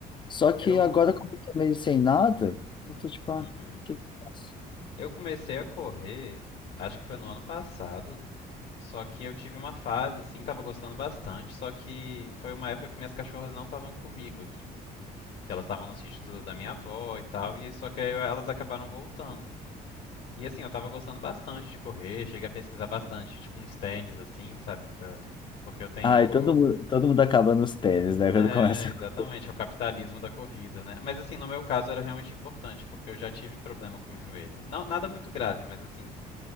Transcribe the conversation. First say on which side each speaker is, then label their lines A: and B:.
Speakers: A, on the left (about 30°); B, on the left (about 70°).
A: Só
B: Eu.
A: que agora, como eu tô meio sem nada, eu tô tipo, ah,
B: Uhum.
A: o que que eu faço?
B: Eu comecei a correr, acho que foi no ano passado, só que eu tive uma fase assim, tava gostando bastante, só que foi uma época que minhas cachorras não estavam comigo aqui, que elas estavam no sítio do- da minha avó e tal, e só que aí elas acabaram voltando. E assim, eu tava gostando bastante de correr, cheguei a pesquisar bastante, tipo uns tênis assim, sabe, pra... porque eu tenho
A: Ai, todo mundo, todo mundo acaba nos tênis, né? <laughs> Quando
B: é,
A: começa.
B: exatamente,
A: a co-
B: é o capitalismo da corrida, né? Mas assim, no meu caso era realmente importante, porque eu já tive problema com o joelho. Não, nada muito grave, mas assim,